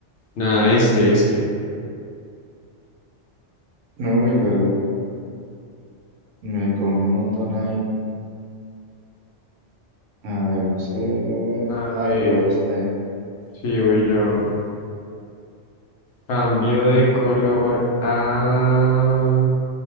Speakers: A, on the left; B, on the right.
A: nada, este, este.
B: Uy, pero me comí un montón ahí. A ver, un cero verde.
A: A
B: Ah,
A: ver,
B: pero va usted.
A: sí, voy yo. Cambio de color a...